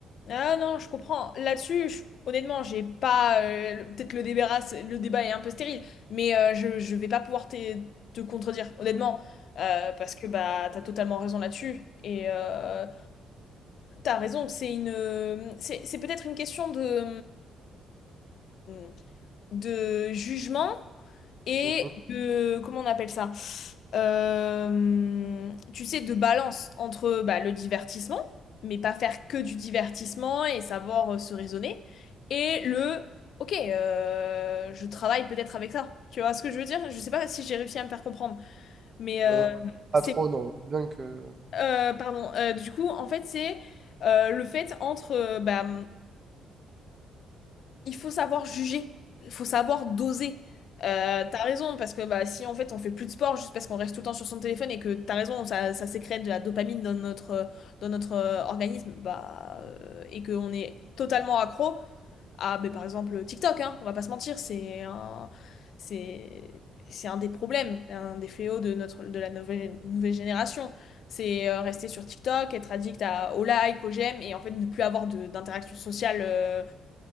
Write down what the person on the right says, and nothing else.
Mhm.
Euh, pas
trop, non. Bien que...